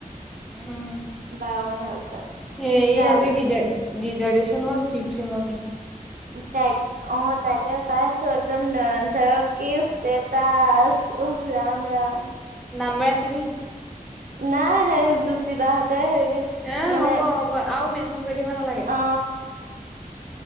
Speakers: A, in the centre; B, on the right.
A: উম,
B: বাৰ মান হোৱাৰ পিছত
A: সেই
B: তাৰ
A: আজিজাৰ্টেশচন হল ফ চম
B: ত অ, তাকে পছ একদম নয়ন চ কিছ তে তাস উহ ৰাম - ৰাম।
A: নাম্বাৰ আছে নি।
B: নাই সেই যুচ বাহতে হে
A: এ
B: মানে
A: হ'ব হ'ব আৰু মেনচন কৰি থাকিব নালাগে
B: অ